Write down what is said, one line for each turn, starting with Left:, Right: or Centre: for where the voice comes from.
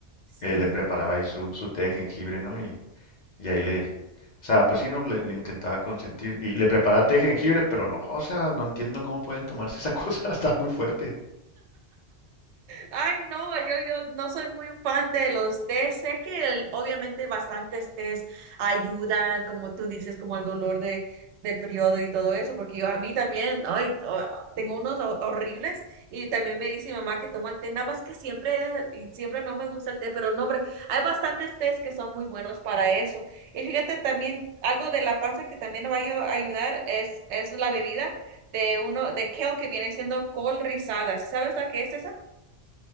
Right: Sí.
Left: eh, le preparaba
Right: <laughs>
Left: ahí su, su té de jengibre, ¿no? Y, y ahí le, o sea, pues sí, no, le, le intentaba consentir. Y le preparaba té de jengibre, pero no, o sea, no entiendo cómo pueden tomarse esa <laughs> cosa, está muy fuerte.
Right: Ay, no, yo, yo no soy muy fan de los tés. Sé que el- obviamente bastantes tés ayudan, como tú dices, como el dolor de, del periodo y todo eso, porque yo a mí también, ay, oh, tengo unos ho- horribles y también me dice mi mamá que toma el té, nada más que siempre, y siempre no me gusta el té, pero no, hombre, hay bastantes tés que son muy buenos para eso. Y fíjate también, algo de la panza que también va a ayu- ayudar es, es la bebida de uno, de kale que viene siendo col rizada. ¿Sí sabes la que es esa?